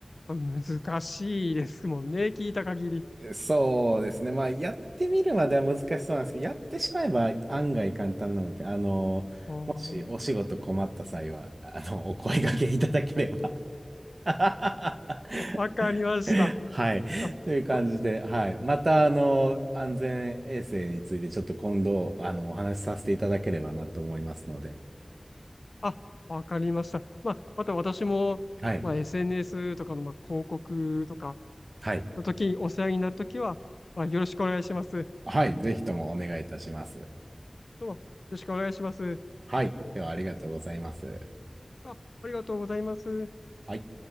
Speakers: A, on the left; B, on the right.
A: まあ難しいですもんね。聞いた限り。
B: そうですね。まあ、やってみるまでは難しそうなんですけど、やってしまえば案外簡単なので、あの、
A: ああ、
B: もしお仕事困った際は、あの、お声掛けいただければ。<laughs>
A: わかりました。
B: はい。
A: あ、
B: という感じで、
A: そ
B: はい。また、あの、安全衛生についてちょっと今度、あの、お話しさせていただければなと思いますので。
A: あ、わかりました。まあ、また私も、
B: はい。
A: まあ、SNS とかの、まあ、広告とか
B: はい。
A: の時にお世話になるときは、まあ、よろしくお願いします。
B: はい。ぜひともお願いいたします。
A: どうも、よろしくお願いします。
B: はい。では、ありがとうございます。
A: あ、ありがとうございます。
B: はい。